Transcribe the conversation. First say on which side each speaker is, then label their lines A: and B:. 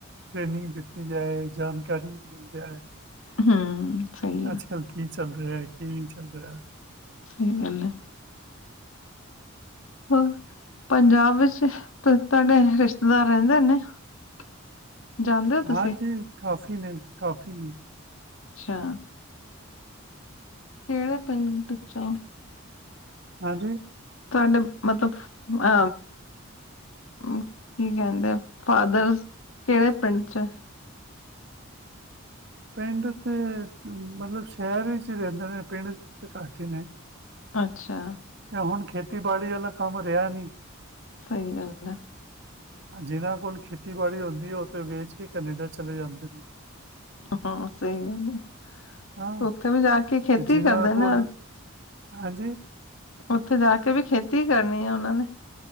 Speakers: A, on the right (about 55°); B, on the left (about 75°).
A: ਟ੍ਰੇਨਿੰਗ ਦਿੱਤੀ ਜਾਏ ਜਾਣਕਾਰੀ ਮਿਲ ਜਾਏ
B: ਹੂੰ। ਸਹੀ
A: ਅੱਜ
B: ਆ
A: ਕੱਲ੍ਹ ਕੀ ਚੱਲ ਰਿਐ ਕੀ ਨਈ ਚੱਲ ਰਿਆ
B: ਸਈ ਗੱਲ ਐ। ਹੋਰ ਪੰਜਾਬ ਵਿੱਚ ਤ ਤੁਹਾਡੇ ਰਿਸ਼ਤੇਦਾਰ ਰੈਂਦੇ ਨੇ? <inaudible> ਤੁਸੀਂ
A: ਹਾਂਜੀ ਕਾਫੀ ਨੇ ਕਾਫੀ ਨੇ।
B: ਅੱਛਾ। ਕੇੜੇ ਪਿੰਡ ਚਾਂ?
A: ਹਾਂਜੀ?
B: ਤੁਹਾਡੇ ਮਤਲਬ ਅ ਅ ਕੀ ਕੈਂਦੇ ਫਾਦਰ ਕੇੜੇ ਪਿੰਡ ਚ?
A: ਪਿੰਡ ਤੇ ਮਤਲਬ ਸ਼ੈਰ ਵਿੱਚ ਈ ਰੈਂਦੇ ਨੇ ਪਿੰਡ ਚ ਤੇ ਘੱਟ ਈ ਨੇ।
B: ਅੱਛਾ।
A: ਯਾਂ ਹੁਣ ਖੇਤੀਬਾੜੀ ਆਲਾ ਕੰਮ ਰਿਆ ਨੀ।
B: ਸਈ ਗੱਲ ਐ।
A: ਜਿਨਾਂ ਕੋਲ ਖੇਤੀਬਾੜੀ ਹੁੰਦੀ ਐ ਓਤੇ ਵੇਚ ਕੇ ਕੈਨੇਡਾ ਚਲੇ ਜਾਂਦੇ ਨੇ।
B: ਹਾਂ ਸਈ ਗੱਲ ਐ
A: ਹਾਂ
B: ਉੱਥੇ ਵੀ ਜਾ ਕੇ
A: ਤੇ
B: ਖੇਤੀ
A: ਜਿਨ੍ਹਾਂ
B: ਕਰਦੇ
A: ਕੋਲ
B: ਨਾ
A: ਹਾਂਜੀ?
B: ਓਥੇ ਜਾ ਕੇ ਵੀ ਖੇਤੀ ਕਰਨੀ ਆ ਓਨਾਂ ਨੇ।